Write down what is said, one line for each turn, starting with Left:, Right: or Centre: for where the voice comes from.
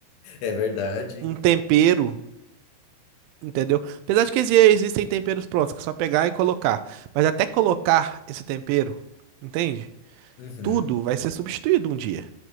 Left: É verdade.
Right: um tempero, entendeu? Apesar de que exi- existem temperos prontos, que é só pegar e colocar. Mas até colocar esse tempero, entende?
Left: Uhum,
Right: Tudo vai ser substituído um dia.